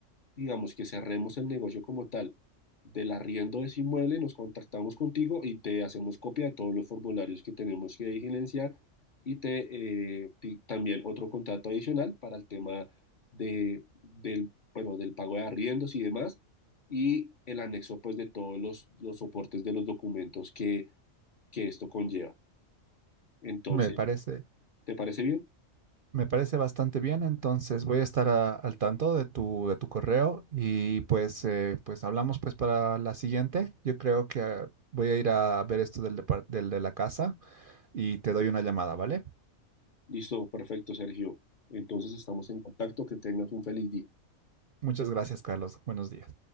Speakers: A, on the left; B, on the right.
A: digamos, que cerremos el negocio como tal del arriendo de ese inmueble, nos contactamos contigo y te hacemos copia de todos los formularios que tenemos que diligenciar y te eh, ti- también otro contrato adicional para el tema de, del, bueno, del pago de arriendos y demás y el anexo pues de todos los, los soportes de los documentos que, que esto conlleva. Entonces,
B: Me parece.
A: ¿te parece bien?
B: Me parece bastante bien, entonces voy a estar a- al tanto de tu, de tu correo y pues, eh, pues hablamos pues para la siguiente. Yo creo que eh, voy a ir a ver esto del, depar- del de la casa y te doy una llamada, ¿vale?
A: Listo, perfecto, Sergio. Entonces estamos en contacto, que tengas un feliz día.
B: Muchas gracias, Carlos. Buenos días.